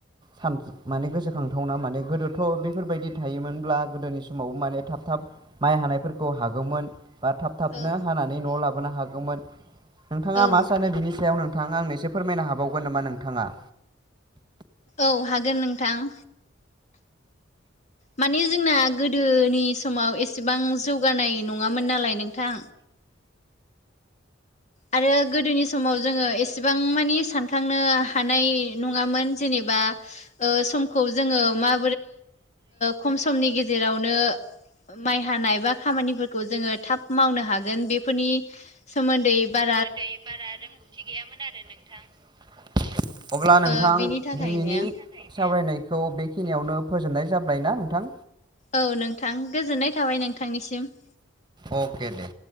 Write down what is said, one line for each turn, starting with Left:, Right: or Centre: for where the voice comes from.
Right: सान माने गोसोखांथावना माने गोदोथ' बेफोरबायदि थायोमोनब्ला गोदोनि समाव माने थाब थाब माइ हानायफोरखौ हागौमोन बा थाब थाबनो
Left: औ
Right: हानानै न'आव लाबोनो हागौमोन नोंथाङा
Left: औ
Right: मा सानो बिनि सायाव नोंथां आंनो एससे फोरमायनो हाबावगोन नामा नोंथाङा?
Left: औ हागोन नोंथां। माने जोंना गोदोनि समाव एसेबां जौगानाय नङामोन नालाय नोंथां। आरो गोदोनि समाव जोङो एसे बेसेबां मानि सानखांनो हानाय नङामोन जेनेबा स ज मै ख गेजेरावनो माइ हानाय ब खामानिफोरखौ जोङो थाब मावनो हागोन बेफोरनि सोमोन्दै ब
Right: सोमोन्दै बारा रोंगौथि गैयामोन आरो नोंथां। अब्ला नोंथां
Left: ओ बिनि थाखायनो
Right: दिनैनि सावरायनायखौ बेखिनियावनो फोजोबनाय जाबाय ना नोंथां।
Left: औ नोंथां गोजोननाय थाबाय नोंथांनिसिम।
Right: अके दे